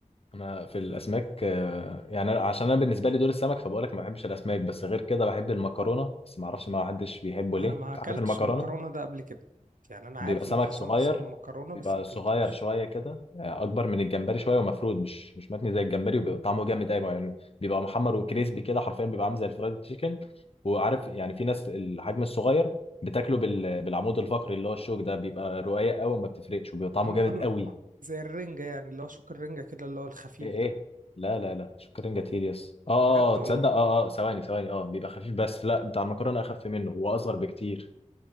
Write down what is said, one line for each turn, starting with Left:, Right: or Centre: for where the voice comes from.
Left: انا في الاسماك آه، يعني أنا- عشان انا بالنسبه لي دول السمك فبقول لك ما بحبش الاسماك بس غير كده بحب المكرونه بس ما اعرفش ما حدش بيحبه
Right: انا
Left: ليه انت
Right: ما اكلتش
Left: عارف المكرونه
Right: المكرونة ده قبل كده يعني انا
Left: بيبقى
Right: عارف
Left: سمك
Right: ان في سمك
Left: صغير
Right: اسمه مكرونة
Left: بيبقى
Right: بس ما اكلتوش
Left: صغير شويه كده آه، اكبر من الجمبري شويه ومفرود مش مش متني زي الجمبري وبيبقى طعمه جامد قوي يعني بيبقى محمر وكريسبي كده حرفيا بيبقى عامل زي الفرايد تشيكن وعارف يعني في ناس الحجم الصغير بتاكله بال... بالعمود الفقري اللي هو الشوك ده بيبقى رقيق قوي وما بتفرقش وبيبقى طعمه
Right: عم
Left: جامد
Right: عم
Left: قوي
Right: زي الرنجة يعني اللي هو شوك الرنجة كده اللي هو الخفيف
Left: ايه ايه
Right: ده
Left: لا لا لا شكرا كتير يس اه اه
Right: بجد
Left: آه، تصدق
Right: والله
Left: اه اه ثواني ثواني اه بيبقى خفيف بس لا بتاع المكرونه اخف منه واصغر بكتير